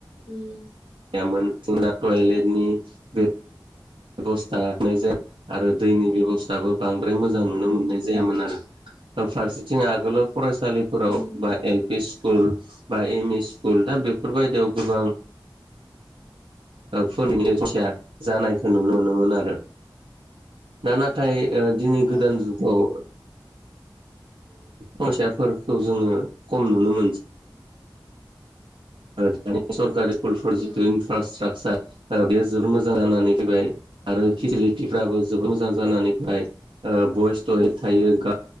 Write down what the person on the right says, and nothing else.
गैयामोन जोंना टयलेटनि बे बेबस्थानाय जाया आरो दैनि बेब'स्थाबो बांद्राय मोजां नुनो
मोननाय जायामोन आरो फारसेथिं आगोलाव फरायसालिफोराव
बा एल पि स्कुल बा एम इ स्कुल दा बेफोरबायदियाव गोबां फोरनोथिया जानाय नुनो मोनोमोन आरो दा नाथाय दिनै गोदान
जुगाव फैसाफोरखौ जोङो खम नुनो मोनसै आरो दानि सरकुलफोर
जिथु इनफ्रास्ट्राकसार बेयो जोबोर मोजां जानानै फैबाय आरो फेसिलिटिफ्राबो जोबोर मोजां जानानै बयस टयेद थायो गा